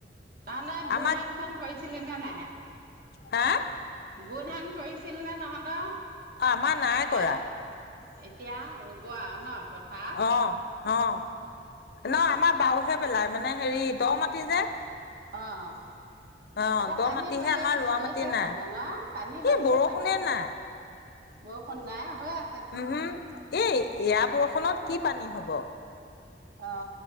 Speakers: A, on the right (about 55°); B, on the left (about 60°).
A: তাৰে বু
B: আমাক
A: ধান চান কৰিছিলি নে নাই?
B: হা
A: বু ধান কৰিছিল নে তহঁতৰ?
B: অ আমাৰ নাই
A: হা
B: কৰা
A: এতিয়া ৰুব আৰু ন? কথা।
B: অহ অ। ন? বাওহে পেলাই মানে হেৰি দ মাতি যে।
A: অ, '
B: অ
A: এতিয়া
B: দ
A: পানী
B: মাটিহে
A: হলে
B: আমাৰ ৰোৱা
A: হৈছে
B: মাটি নাই
A: চাগৈ ন, পানী হৈছে
B: এই বৰষুণে
A: চাগৈ,
B: নাই
A: বৰষুণ নাই হৈ আ
B: উম, হম এ এয়া ব বষুণত কি পানী হ'ব?
A: অ,